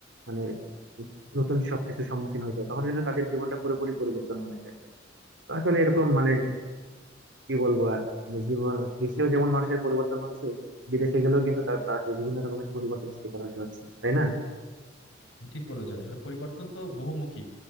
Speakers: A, on the right; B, on the left.
A: মানে নতুন সবকিছুর সম্মুখীন হয়ে যায় তখন কিন্তু তাদের জীবনটা পুরোপুরি পরিবর্তন হয়ে যায় তো আসলে এরকম মানে কি বলবো আর মানে জীবন দেশেও যেমন মানুষের পরিবর্তন হচ্ছে বিদেশে গেলেও কিন্তু তা- তাকে বিভিন্ন রকমের পরিবর্তনের শিকার হতে হচ্ছে তাই না
B: তুমি ঠিক বলেছো আসলে পরিবর্তন তো বহুমুখী